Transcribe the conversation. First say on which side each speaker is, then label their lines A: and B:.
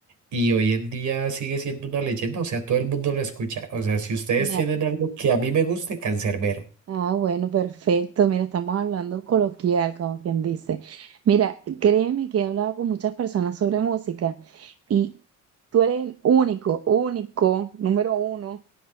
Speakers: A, on the right; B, on the right.
A: Y hoy en día sigue siendo una leyenda, o sea, todo el mundo lo escucha, o sea, si ustedes
B: Mira,
A: tienen algo que a mí me guste, Canserbero.
B: Ah, bueno, perfecto. Mira, estamos hablando coloquial, como quien dice. Mira, créeme que he hablado con muchas personas sobre música y tú eres el único, único, número uno,